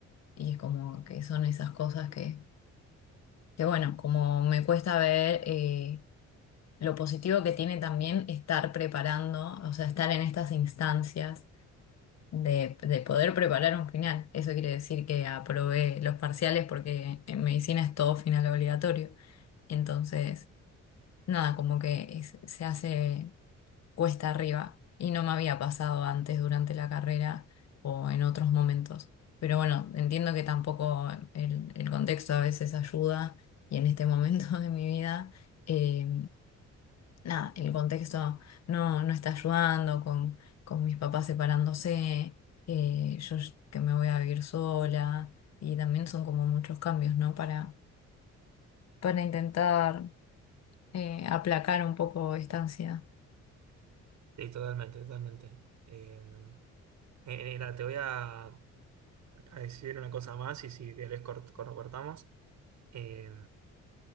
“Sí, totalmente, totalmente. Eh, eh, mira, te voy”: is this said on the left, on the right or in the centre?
Right